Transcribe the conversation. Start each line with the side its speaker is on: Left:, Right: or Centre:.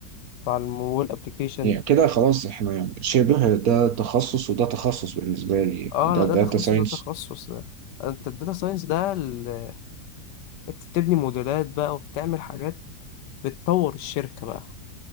Left: بتاع الموبايل ابلكيشن
Right: يعني كده خلاص احنا يعني شبه ده تخصص وده تخصص بالنسبة لي يعني
Left: اه
Right: ده
Left: لا
Right: داتا
Left: ده تخصص
Right: ساينس
Left: ده تخصص انت الداتا ساينس ده ال- انت بتبني موديلات بقى وبتعمل حاجات بتطور الشركة بقى